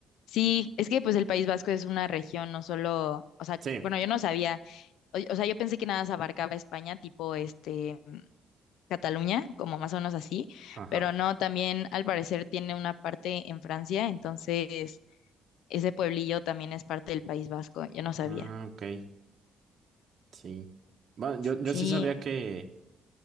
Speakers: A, on the left; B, on the right.
A: Sí, es que pues el País Vasco es una región, no solo, o sea,
B: Sí.
A: bueno, yo no sabía, o, o sea, yo pensé que nada se abarcaba España, tipo este, mm, Cataluña, como más o menos así,
B: Ajá.
A: pero no, también al parecer tiene una parte en Francia, entonces Ese pueblillo también es parte del País Vasco, yo no sabía.
B: Ah, ok. Sí. Bueno, yo, yo
A: Sí.
B: sí sabía que,